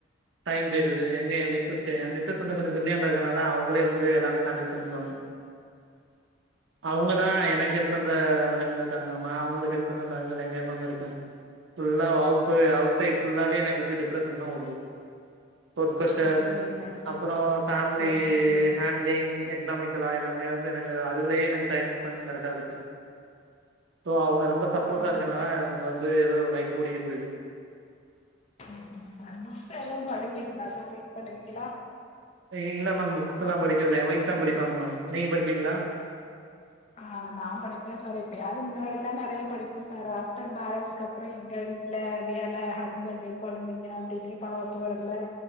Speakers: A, on the right; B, on the left.
A: டைம் போய்டுது எங்க என் மிஸஸ் க்கு என் மிஸஸ் வந்து கொஞ்சோ பிரில்லியண்ட்டா இருக்கறனால அவங்களே வந்து எல்லாமே ஹேண்டில்ஸ் பண்ணிக்குவாங்க அவுங்க தான் எனக்கு ஹெல்ப் பண்ற நெலைமைல இருக்காங்க நா அவங்களுக் ஹெல்ப் பன்ற நெலமைல எங்க மேம் இருக்கேன் ஃபுல்லா அவுட்ரு அவுட் சைடு ஃபுல்லாவே எனக்கு வந்து டிப்ரஷன் தான் வருது ஒர்க் ப்ரஷர்
B: அப்டிங்களா சார்
A: அப்புறம் ஃபேமிலி
B: ஓகே சார்
A: ஹேண்ட்லிங் எக்னாமிக்கலாக எல்லாமே வந்து எனக்கு அதுலயே எனக்கு டைம் ஸ்பெண்ட் கரெக்டா இருக்கு சோஅல்ங்க ரொம்ப சப்போர்ட்டா
B: ஆ
A: இருக்கனால நமக்கு வந்து ஏதோ லைஃப் ஓடிக்கிட்டு இருக்கு
B: சரிங்க சார் புக்ஸ் எதும் படிப்பீங்களா சார் ரீட் பண்ணுவீங்களா
A: இல்ல மேம் புக்ஸ் எல்லாம் படிக்கறது இல்ல என் வைஃப் தான் படிப்பாங்க மேம் நீங்க படிப்பீங்களா
B: ஆ நா படிப்பேன் சார் இப்ப யாரு முன்னாடி எல்லாம் நெறைய படிப்பேன் சார் ஆஃப்டர் மேரேஜ்க்கு அப்றோ எங்க வீ ட்ல வேல ஹஸ்பண்டு கொழந்தைங்க அப்படின்னே பால போறதுல